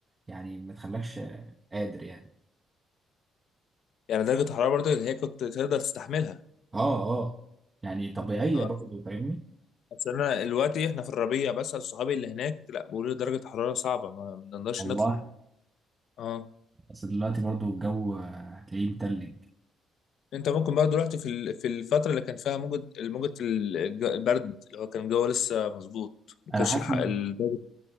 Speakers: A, on the right; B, on the left.
A: يعني ما تخلكش قادر يعني
B: يعني درجه الحراره برضو اللي هي كنت تقدر تستحملها
A: اه اه يعني طبيعية
B: اه
A: برضه فاهمني
B: اصل انا دلوقتي احنا في الربيع بس صحابي اللي هناك لا بيقولوا لي درجه الحراره صعبه ما ما نقدرش
A: والله
B: نطلع اه
A: بس دلوقتي برضه الجو آه، هتلاقيه متلج
B: انت ممكن برضو رحت في ال- في الفتره اللي كان فيها موجة الموجة ال- الج- البرد اللي هو كان الجو لسه مظبوط ما كانش
A: انا حاسس
B: الح-
A: ان
B: درجه